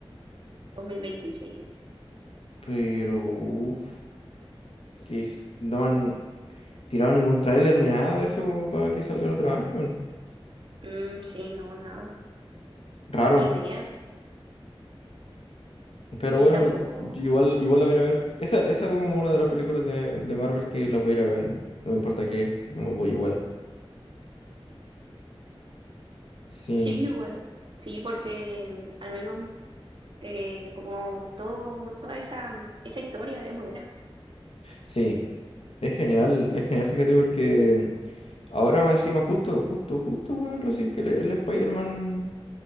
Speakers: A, on the right; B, on the left.
A: 2026. dice.
B: Pero, uff. que s- no han tirado ningún tráiler ni nada de eso como para que salga el otro año, weón.
A: Mm, sí, no, nada,
B: Raro.
A: ni idea.
B: Pero
A: Y
B: bueno,
A: tampoco,
B: y- igual, igual la voy a ir a ver. Esa, esa es como una de las películas de, de Marvel que las voy a ir a ver. No me importa qué, así que me voy igual. Sí,
A: sí, igual. Sí, porque mm, al menos eh, como todo, toda esa, esa historia es muy buena.
B: sí. Es genial, es genial, fíjate, porque ahora más encima justo, justo, justo, weón, recién que el, el Spider-Man,